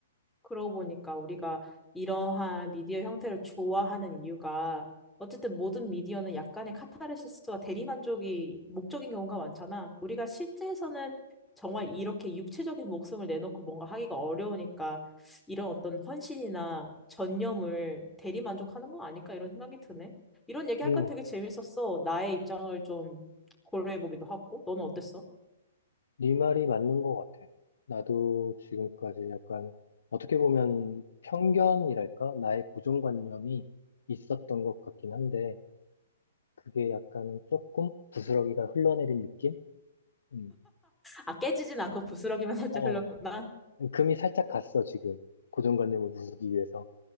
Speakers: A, in the centre; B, on the left.
A: 그러고 보니까 우리가 이러한 미디어 형태를 좋아하는 이유가 어쨌든 모든 미디어는 약간의 카타르시스와 대리만족이 목적인 경우가 많잖아. 우리가 실제에서는 정말 이렇게 육체적인 목숨을 내놓고 뭔가 하기가 어려우니까 이런 어떤 헌신이나 전념을 대리만족하는 거 아닐까 이런 생각이 드네. 이런 얘기할까
B: 음,
A: 되게 재밌었어. 나의 입장을 좀 고려해보기도 하고. 너는 어땠어?
B: 네 말이 맞는 것 같아. 나도 지금까지 약간 어떻게 보면 편견이랄까? 나의 고정관념이 있었던 것 같긴 한데, 그게 약간은 조금 부스러기가 흘러내린 느낌? 음,
A: 아, 깨지진 않고 부스러기만 <laughs> 살짝
B: 어,
A: 흘렀구나.
B: 금이 살짝 갔어, 지금. 고정관념을 부수기 위해서.